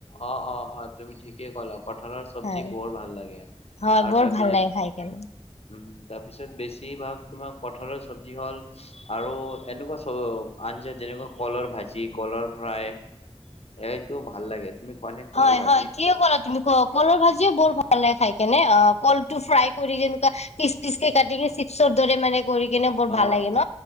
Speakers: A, on the left; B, on the left.
A: অ অ অ তুমি ঠিকেইে কলা। কঠালৰ চবজি
B: হয়
A: বৰ ভাল লাগে আৰু
B: হয় বৰ
A: তাৰ
B: ভাল
A: পিছত
B: লাগে খাই কেনে
A: উ। তাৰপিছত বেছিভাগ তোমাৰ কঠালৰ চব্জি হ'ল আৰু এনেকুৱা চব আঞ্জাত। যেনেকুৱা কলৰ ভাজি। কলৰ ফাই। এইটো ভাল লাগে। কলৰ
B: হয়
A: ভাজি?
B: হয় কিয় কৰা তুমি ক কলৰ ভাজিও বৰ ভাল। পালাই খাই কেনে অ কল টো ফ্ৰাই কৰি যেনেকুৱা পিচ পিচ কে কাটি চিপছৰ দৰে মানে। কৰি কিনে বৰ ভাল
A: অ',
B: লাগে ন